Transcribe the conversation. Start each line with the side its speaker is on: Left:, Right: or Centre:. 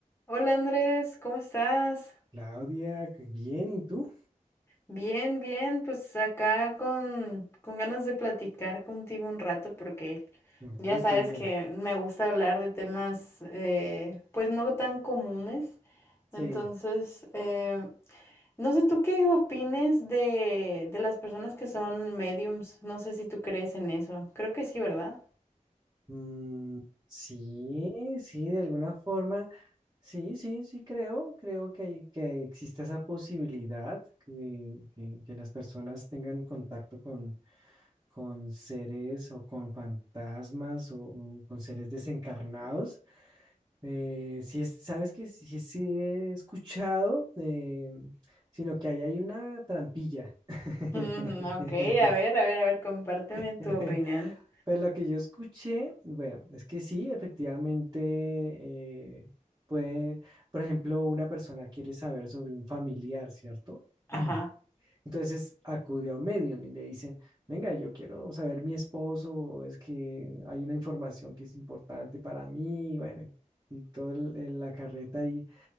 Left: Hola Andrés, ¿cómo estás?
Right: Claudia, qué bien, ¿y tú?
Left: Bien, bien, pues acá con, con ganas de platicar contigo un rato porque
Right: Uy,
Left: ya sabes
Right: qué bien.
Left: que me gusta hablar de temas eh, pues no tan comunes.
Right: Sí.
Left: Entonces, eh, no sé tú qué opines de, de las personas que son mediums. No sé si tú crees en eso. Creo que sí, ¿verdad?
Right: Mm, sí, sí, de alguna forma, sí, sí, sí, creo, creo que, hay- que existe esa posibilidad que, que- que las personas tengan contacto con, con seres o con fantasmas o, o con seres desencarnados. Eh, sí, es- sabes que sí, sí he escuchado, eh, sino que ahí hay una trampilla. <laughs>
Left: <laughs> Ujú, Ok, a ver, a ver, a ver, compárteme
Right: <laughs>
Left: tu opinión.
Right: Pero lo que yo escuché, bueno, es que sí, efectivamente, eh, puede, por ejemplo, una persona quiere saber sobre un familiar, ¿cierto?
Left: Ajá.
Right: <clears throat> Entonces acude a un medium y le dicen, venga, yo quiero saber mi esposo, es que hay una información que es importante para mí, y bueno, y toda la carreta ahí.